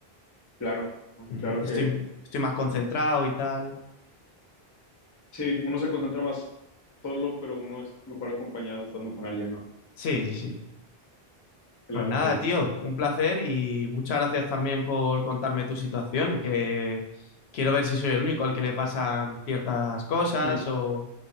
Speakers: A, on the left; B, on the left.
A: Claro,
B: Ujú.
A: claro
B: Estoy,
A: que
B: estoy más concentrado y tal.
A: sí, uno se concentra más solo, pero uno es mejor acompañado estando con alguien, ¿no?
B: Sí, sí, sí.
A: Claro,
B: Pues nada,
A: sí.
B: tío, un placer y muchas gracias también por contarme tu situación, que quiero ver si soy el único al que le pasan ciertas cosas
A: Mm.
B: o